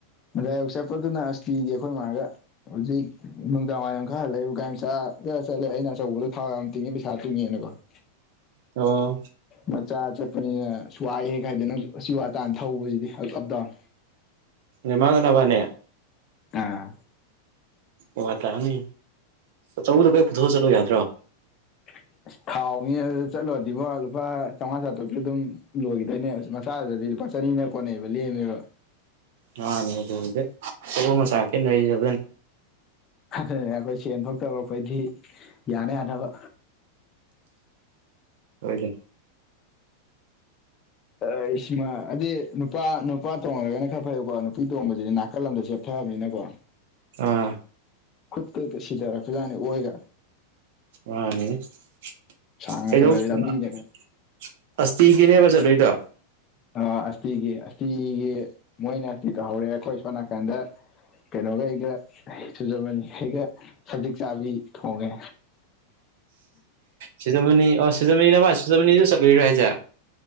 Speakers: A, on the left (about 30°); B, on the right (about 50°).
A: ꯉꯁꯥꯏ ꯑꯌꯨꯛ ꯆꯠꯄꯗꯨꯅ ꯑꯁꯇꯤꯒꯤ ꯑꯈꯣꯏ ꯃꯥꯒ ꯍꯨꯖꯤꯛ ꯅꯨꯡꯗꯥꯡꯋꯥꯏꯝ ꯈ ꯍꯜꯂꯦ ꯒꯥꯔꯤ ꯃꯆꯥꯗ ꯆꯠꯂꯦ ꯑꯩꯅ ꯑꯆꯧꯕꯗꯣ ꯊꯥꯎ ꯌꯥꯝ ꯇꯤꯡꯉꯦ ꯄꯩꯁꯥ ꯇꯤꯡꯉꯦꯅꯀꯣ <inaudible>
B: ꯑꯣ
A: ꯃꯆꯥ ꯆꯠꯄꯅꯤꯅ ꯑꯁ ꯋꯥꯏꯌꯦ ꯀꯥꯏꯗꯅꯣ ꯎꯆꯤꯋꯥ ꯇꯥꯟ ꯊꯧꯕꯖꯤꯗꯤ ꯑꯞꯗꯥꯎꯟ
B: ꯅꯦꯃꯥꯒ ꯅꯕꯅꯦ
A: ꯑꯥ
B: ꯋꯥ ꯇꯥꯝꯅꯤ ꯑꯆꯧꯕꯗꯣ ꯈ ꯄꯨꯊꯣꯛꯑ ꯆꯠꯂꯣ ꯌꯥꯗ꯭ꯔꯣ
A: <inaudible> ꯊꯥꯎꯅꯤ ꯑꯗꯨꯗ ꯆꯠꯂꯨꯔꯗꯤꯕꯣ ꯂꯨꯄꯥ ꯆꯧꯉꯥ ꯆꯥꯇ꯭ꯔꯨꯛꯇꯤ ꯑꯗꯨꯝ ꯂꯣꯏꯒꯤꯗꯣꯏꯅꯦ ꯃꯆꯥꯗꯨꯗꯗꯤ ꯂꯨꯄꯥ ꯆꯅꯤꯅ ꯀꯣꯟꯅꯩꯕ ꯂꯦꯝꯃꯦꯕ
B: ꯃꯥꯅꯦ ꯑꯗꯨꯕꯨꯗꯤ ꯑꯆꯧꯕ ꯃꯆꯥ ꯈꯦꯠꯅꯔꯤꯁꯦ ꯑꯗꯨꯅꯤ
A: <unintelligible> ꯑꯈꯣꯏ ꯁꯦꯟ ꯊꯣꯛꯇꯕ ꯑꯈꯣꯏꯗꯤ ꯌꯥꯅ ꯌꯥꯅꯕ
B: ꯍꯣꯏꯅꯦ
A: ꯑꯥ ꯁꯤꯃ ꯑꯗꯤ ꯅꯨꯄꯥ ꯅꯨꯄꯥ ꯇꯣꯡꯂꯒꯅ ꯈꯔ ꯐꯩꯀꯣ ꯅꯨꯄꯤ ꯇꯣꯡꯕꯖꯤꯗꯤ ꯅꯥꯀꯜꯂꯝꯗ ꯆꯦꯞ ꯊꯕꯅꯤꯅꯀꯣ
B: ꯑꯥ
A: ꯈꯨꯠꯀ ꯁꯤꯗꯔꯛꯄꯖꯥꯠꯅꯤ ꯑꯣꯏꯒ
B: ꯋꯥꯅꯤꯅꯦ <unintelligible>
A: ꯁꯥꯡꯅ ꯊꯧꯔꯗꯤ ꯂꯝꯕꯤꯅꯒ
B: ꯑꯁꯇꯤꯒꯤꯅꯦꯕ ꯆꯠꯂꯨꯏꯗꯣ
A: ꯑꯣ ꯑꯁꯇꯤꯒꯤ ꯑꯁꯤꯇꯤꯒꯤ ꯃꯣꯏꯅ ꯑꯇꯤ ꯇꯧꯍꯧꯔꯦ ꯑꯈꯣꯏ ꯁꯣꯝ ꯅꯥꯀꯟꯗ ꯀꯩꯅꯣꯒ ꯑꯩꯒ ꯆꯨꯖꯕꯅꯤ ꯑꯩꯒ ꯁꯖꯤꯛ ꯆꯥꯕꯤ ꯊꯣꯡꯉꯦ
B: ꯁꯤꯖꯃꯅꯤ ꯑꯣ ꯁꯨꯖꯃꯅꯤ ꯅꯕ ꯁꯨꯖꯃꯅꯤꯗꯨ ꯆꯠꯂꯨꯏꯔꯣ ꯍꯥꯏꯁꯦ